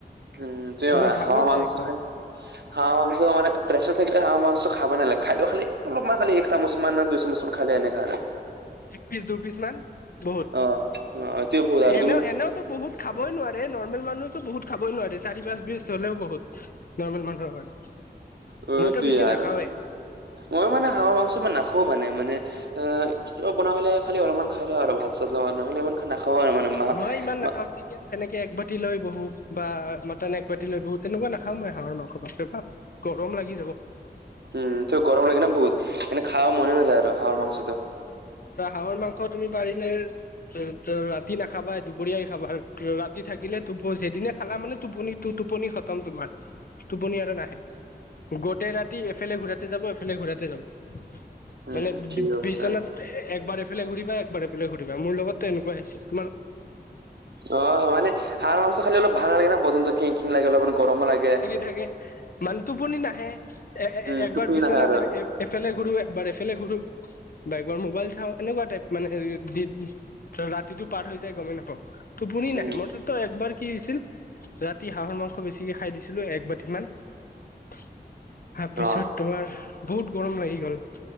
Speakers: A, on the right (about 75°); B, on the left (about 55°).
A: উম তেওঁ
B: মানে ঘামি
A: হাহ মাংস
B: যায়
A: খায়।
B: <inaudible>
A: হাঁহ মাংস মানে প্ৰেছৰ থাকিলে হাঁহ মাং খাব নালাগে খাইেও খালি অলপমান খালি এক চামুচ, মান ন দুচামুচ মান খালি এনেকা আৰু
B: এক পিচ দুই পিচ মান বহুত
A: অ। অ এইটোৱে ভুল আৰু
B: এনেও
A: তুমি
B: এনেওতো বহুত। খাবই নোৱাৰে নৰ্মেল মানুহতো বহুত খাবই নোৱাৰে চাৰি পাঁচ বিছ হলেও বহুত, নৰ্মেল মানুহৰ কাৰণে
A: অ
B: মইতো
A: এইটোৱে
B: বেছি নাখাওৱে।
A: আৰু মই মানে হাঁহৰ মাংসবোৰ নাখাও মানে মানে, অ কেতিয়াবা বনোৱা হ'লে খালি অলপমান খাই লওঁ আৰু ভাত চাত লগা নহলে ইমান খা নাখাওঁ আৰু মানে, মা
B: মই ইমান নাখাও
A: মা
B: চিত চিকেন যেনেকে একবাতি লৈ বহো বা মাটন একবতি লৈ বহো তেনেকুৱা নাখাওঁ মই হাঁহৰ মাংস বাপ ৰে বাপ, গৰম লাগি যাব।
A: উম ত গৰম লাগো বহুত এনে খাব মনে নাযায় আৰু হাঁহৰ মাংসটো।
B: আৰু হাঁহৰ মাংস তুমি পাৰিলে ৰাতি নাখাবা দুপৰীয়াই খাবা আৰু ৰাতি থাকিলে টোপ যিদিনে খালা মানে টোপনি টোপনি খতম তোমাৰ। টোপনি আৰু নাহে গোটেই ৰাতি এফালে ঘূৰাতে যাব এফালে ঘূৰাতে যাব।
A: উম
B: মানে
A: ঠিক আছে
B: বিচনাত একবাৰ এফালে ঘূৰিবা একবাৰ এফালে ঘুৰিবা মোৰ লগতো এনেকুৱা আছিল।
A: অ মানে হাঁহৰ মাংস খালি অলপ ভাল লাগে ন বদন্ত খিং খিংলাগে অলপমান গৰমো লাগে।
B: তাকে, ইমান টোপনি নাহে এ
A: উম
B: একবাৰ
A: টোপনি
B: বিচনাত
A: নাহে আৰু
B: এফালে ঘূৰো একবাৰ এফালে ঘূৰো। বা একবাৰ মোবাইল চাওঁ এনেকুৱা টাইপ মানে দি ৰাতিটো পাৰ হৈ যায় গমেই নাপাওঁ। টোপনি
A: উম
B: নাই মোৰ টোত একবাৰ কি হৈছিল ৰাতি হাঁহৰ মাংস। বেছিকে খাই দিছিলো এক বাতি মান তাৰপিছত।
A: অ
B: তোমাৰ বহুত গৰম লাগি গ'ল।